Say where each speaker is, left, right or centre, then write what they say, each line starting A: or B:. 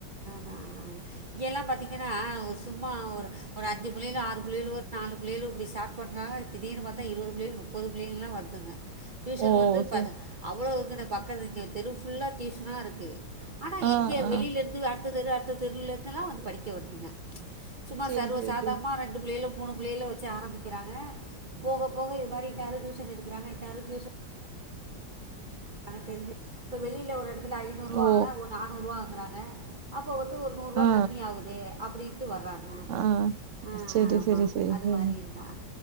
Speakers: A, on the right; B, on the right.
A: ஆ இங்கெல்லா பாத்தீங்கன்னா ஒரு சும்மா ஒரு ஒரு அஞ்சு புள்ளையளோ ஆறு புள்ளையளோ ஒரு நாலு பிள்ளைளு இப்படி ஷார்ட் பண்றாங்க திடீனுபாத்தா இருவது புள்ளை முப்பது புள்ளைலா வருதுங்க டியூஷன்
B: ஓ!
A: வந்து
B: சரி.
A: ப அவ்ளோ இங்கின பக்கத் இங்க தெரு ஃபுல்லா டியூஷனா இருக்கு ஆனா
B: ஆ,
A: எங்கே
B: ஆ.
A: வெளிலேருந்து அடுத்த தெரு அடுத்த தெருலேந்துலா வந்து படிக்க வர்துங்க சும்மா
B: சரி,
A: சர்வசாதமா
B: சரி, சரி.
A: ரெண்டு பிள்ளைளு மூணு புள்ளைள வச்ச ஆரம்பிக்கிறாங்க போக போக இது மாரி இன்னாரு டியூஷன் எடுகிறாங்க இன்னாரு டியூசன் தெரிஞ்சு இப்ப வெளில ஒரு எடத்துல ஐநூறுவா
B: ஓ!
A: வாங்கனா ஒரு நானூற்வா வாங்குறாங்க அப்போ வந்து ஒரு நூற்வா
B: ஆ,
A: கம்மியாவ்தே அப்டின்ட்டு வர்றாங்க
B: ஆ
A: ஆ
B: சரி,
A: ஆமா
B: சரி, சரி,
A: அது
B: சரி.
A: மாரி இருந்தா